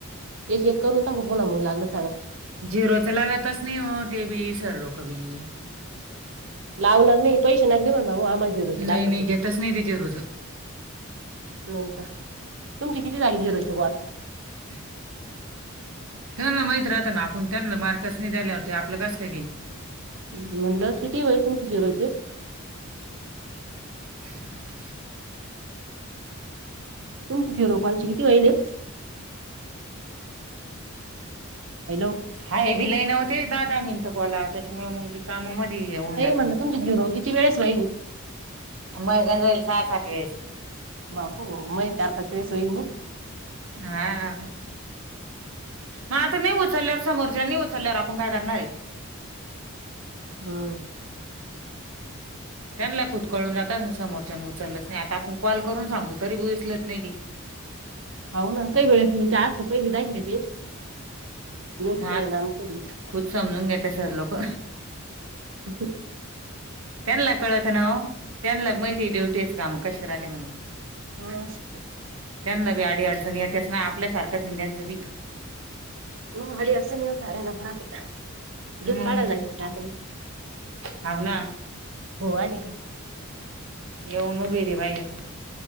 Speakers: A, on the right; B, on the right.
A: एक एक करून टाकू पुन्हा मंग लागचं
B: झिरोच लावतच नाय हो ते बी सर लोक बी-
A: लावणार नाही पैसे ना गते म्हण भाऊ आम्हाला झिरो ची
B: नाही
A: लागल
B: नाही
A: तू
B: घेतच नाही ते झिरोच.
A: हो का तुमची किती झाले झिरो कव कॉल
B: <inaudible> त्यांना माहीत राहत ना आपण त्यांना मार्कस नाय द्याल्यावर ते आपलं कस काय घेईन
A: म्हंणलं किती होयल तुमचे झिरो चे
B: <inaudible>
A: तुमची झिरो कॉलची किती होईले. हॅलो
B: हाय भिलाई नव ते दहा दहा मिनटं बोला त्याच्यामुळ मग बी कामामध्ये होऊन
A: नाही
B: जात
A: म्हणलं
B: ना
A: तुमची झिरो किती वेळेस होईल
B: मैये <unintelligible> जाईल सहा सात वेळेस
A: बाबू मय चार पाच वेस होईल नई.
B: हा. मग आता मी उचलल्यावर समोरच्यानी उचलल्यावर आपण काय करणारय.
A: हम्म.
B: त्यांनला खुदकळून जातच समोरच्यान उचललंच नाही, आता आपण कॉल करून सांगतो तरी बी उचलत नई ती.
A: हाव ना, काही वेळत म्हणजे अस काही बी <unintelligible> ते. व्यस्त
B: मग
A: आहे ना आमचं
B: खुद समजून घेते सर लोक.
A: <unintelligible>
B: त्यांनला कळत नव ओ? त्यांनला माहिती ड्युटीच काम कश राहत म्हणून.
A: मस्त
B: त्यांना बी आडी अडचणी येतच ना, आपल्यासारखंचाय त्याचं बी.
A: म अडी अडचणी काढायचं लागत्यात.
B: मग
A: काढाय जायच की आता,
B: हाव ना
A: हो आले काय?
B: येऊन <unintelligible>